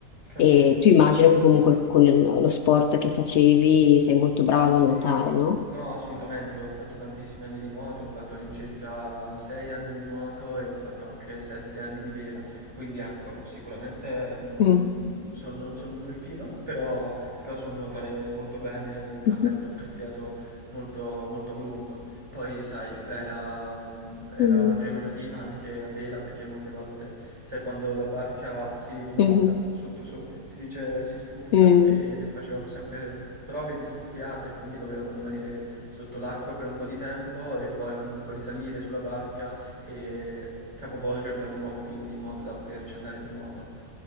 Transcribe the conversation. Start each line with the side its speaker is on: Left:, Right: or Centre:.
Right: Capisco.
Left: E tu immagino che comunque con il- lo sport che facevi sei molto brava
Right: Sì,
Left: a nuotare, no?
Right: no, assolutamente, ho fatto tantissimi anni di nuoto, ho fatto all'incirca 6 anni di nuoto e ho fatto anche 7 anni di vela, quindi ecco, sicuramente mh,
Left: Mm.
Right: son- non sono un delfino, però, però so nuotare molto bene e trattengo
Left: Mm.
Right: anche il fiato molto, molto a lungo. Poi, sai, era, mm, era
Left: Mm.
Right: una prerogativa anche a vela perché molte volte, sai, quando la barca si ribalta
Left: Mhm.
Right: sotto su, si dice si scuffia
Left: Mm.
Right: e facevamo sempre prove di scuffiata e quindi dovevamo rimanere sotto l'acqua per un po' di tempo e poi comunque risalire sulla barca e capovolgerla di nuovo, quindi in modo da poterci andare di nuovo.